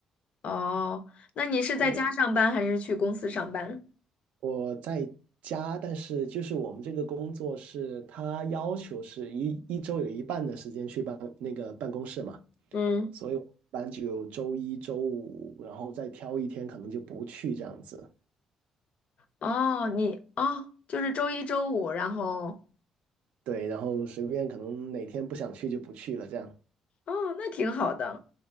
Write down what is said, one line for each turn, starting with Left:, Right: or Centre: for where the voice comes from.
Left: 哦，那你是在家上班还是去公司上班？
Right: 对。我在家，但是就是我们这个工作是，他要求是一一周有一半的时间去办那个办公室嘛，
Left: 嗯，
Right: 所以我一般就有周一周五，然后再挑一天可能就不去这样子，
Left: 哦，你哦，就是周一周五，然后
Right: 对，然后随便可能哪天不想去就不去了，这样。
Left: 哦，那挺好的。